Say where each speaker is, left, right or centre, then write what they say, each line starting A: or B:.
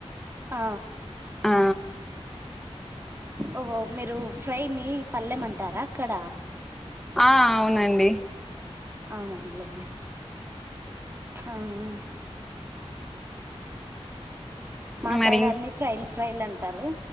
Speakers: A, on the right; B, in the centre.
A: ఆ
B: ఆ
A: ఓహో మీరు ఫ్రై ని పల్లెంమంటారా అక్కడ
B: ఆ అవునండి
A: అవునవును లేండి ఆ ఆ మా
B: మరి
A: సైడ్ అన్ని ఫ్రైల్ ఫ్రైల్ అంటారు